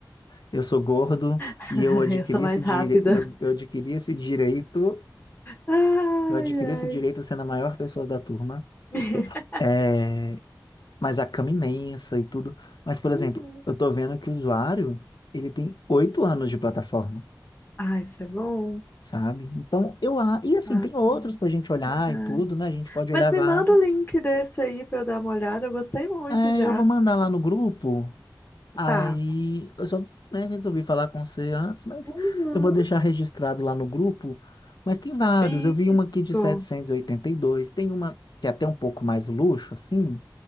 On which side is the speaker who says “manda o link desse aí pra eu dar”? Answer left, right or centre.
Left